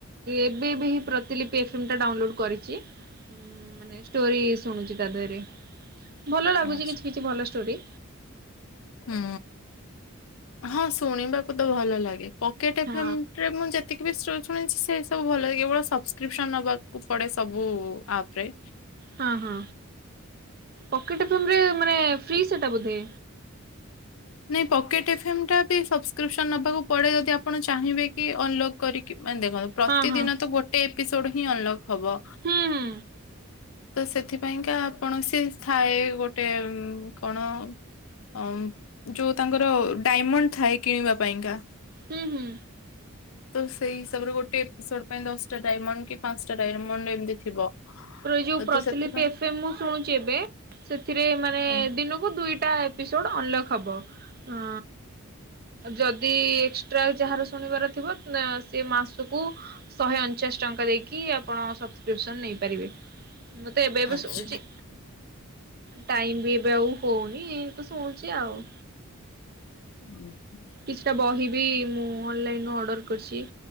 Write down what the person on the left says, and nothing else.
ଆଚ୍ଛା,
ହୁଁ ହଁ ଶୁଣିବାକୁ ତ ଭଲ ଲାଗେ, ପକେଟ ଏଫ
ଏମ ରେ ମୁଁ ଯେ କ ବି ଶୁଣିଛି ସେ ସବୁ ଭଲ କେବଳ ସବସ୍କ୍ରିପସନ ନବାକୁ ପଡେ ସବୁ ଆପ ରେ
ନାଇଁ ପକେଟ୍ ଏଫ୍ ଏମ୍ ଟା ବି ସବସ୍କ୍ରିପସନ ନବାକୁ ପଡେ ଯଦି ଆପଣ ଚାହିଁବେ? କି ଅନଲକ୍ କରିକି ମାନେ ଦେଖନ୍ତୁ ପ୍ରତିଦିନ
ତ ଗୋଟେ ଏପିସୋଡ ହିଁ ଅନଲକ୍? ହବ
ତ ସେଥିପାଇଁକା କୌଣସି ଥାଏ ଗୋଟେ କଣ ଅ? ଯୋଉ ତାଙ୍କର ଡାଇମଣ୍ଡ ଥାଏ କିଣିବା ପାଇଁକା?
<inaudible> ତ ସେଇ ହିସାବରେ ଗୋଟେ ଏପିସୋଡ ପାଇଁ ଦଶଟା ଡାଇମଣ୍ଡ କି ପାଞ୍ଚଟା ଡାଇମଣ୍ଡ ଏମିତି ଥିବ।
ତ ସେଥିପାଇଁ
ଏ
ଆଚ୍ଛା
<unintelligible>